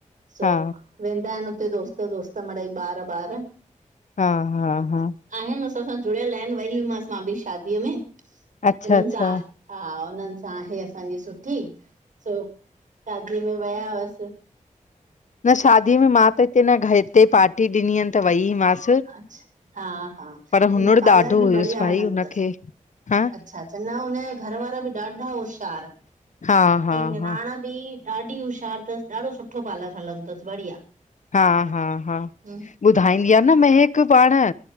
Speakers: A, on the right; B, on the left.
A: सो
B: हा
A: -- वेंदा आहिन। उते दोस्त-दोस्त मड़ई ॿार ॿार।
B: हा, हा, हा।
A: आहिन असां सां जुड़ियल आहिन। वई मांस मा बि शादीअ में,
B: अच्छा
A: हुननन
B: अच्छा
A: सां आ हा, उन्हन सां आहे असांजी सुठी। सो शादीअ में वया हुअस।
B: न शादीअ में मां त हिते, न घर हिते पार्टी ॾिनीहन, त वईमांन।
A: अच्छ, हा हा,
B: हुनुर
A: न पालार
B: ॾाढो
A: बि
B: हुयुसि
A: बढ़िया
B: भाई
A: हलंदो
B: हुनखे
A: अथस।
B: हा
A: अच्छा-अच्छा न हुन जा, घर वारा बि ॾाढा होशियार।
B: हा, हा।
A: निराण
B: हा
A: बि ॾाढी होशियार अथस। ॾाढो सुठो पालर हलंदो अथस, बढ़िया!
B: हा, हा, हा!
A: हम्म
B: ॿुधाईंदी आहे न, महक पाण